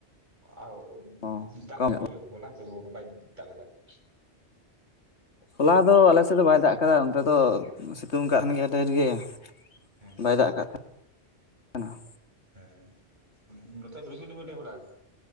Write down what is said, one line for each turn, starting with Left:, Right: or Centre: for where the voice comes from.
Right: ᱟᱨᱚ
Left: ᱚ
Right: ᱫᱟᱜ
Left: ᱠᱚᱢ ᱧᱚᱜ
Right: <unintelligible> ᱦᱚᱞᱟ ᱥᱮ ᱵᱟᱭ ᱫᱟᱜ ᱟᱠᱟᱫᱟ ᱾
Left: ᱦᱚᱞᱟ ᱫᱚ ᱟᱞᱮ ᱥᱮᱫ ᱫᱚ ᱵᱟᱭ ᱫᱟᱜ ᱟᱠᱟᱫᱟ ᱱᱚᱱᱛᱮ ᱫᱚ ᱥᱤᱛᱩᱝ ᱠᱟᱜ ᱛᱟᱦᱮᱱ ᱜᱮᱭᱟ ᱰᱷᱮᱨ ᱜᱮ ᱾
Right: ᱦᱮᱸ
Left: ᱵᱟᱭ ᱫᱟᱜ ᱟᱠᱟᱫ ᱛᱟᱦᱮᱸᱱᱟ ᱾
Right: ᱦᱮᱸ, ᱱᱚᱛᱮ <unintelligible> ᱦᱚᱞᱟᱥ